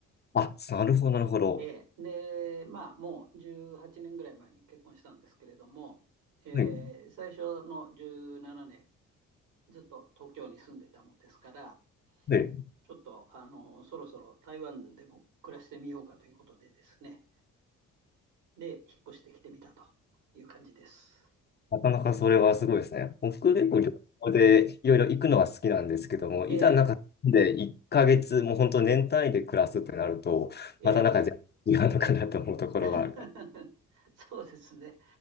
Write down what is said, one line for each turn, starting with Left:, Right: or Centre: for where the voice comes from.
Left: あ、なるほど、なるほど。
Right: ええで、まあ、もう18年ぐらい前に結婚したんですけれども、えー最初の17年、
Left: はい、
Right: ずっと東京に住んでたもんですから、
Left: はい。
Right: ちょっと、あの、そろそろ台湾でも暮らしてみようかということでですね、で、引っ越してきてみたという感じです。
Left: なかなかそれはすごいですね。僕結構旅行でいろいろ行くのは好きなんですけども、
Right: ええ、
Left: いざなんかで1ヶ月、もう本当年単位で暮らすってなると、
Right: ええ。
Left: またなんか全然違うのかなと思うところがあるかな。
Right: <laughs> そうですね。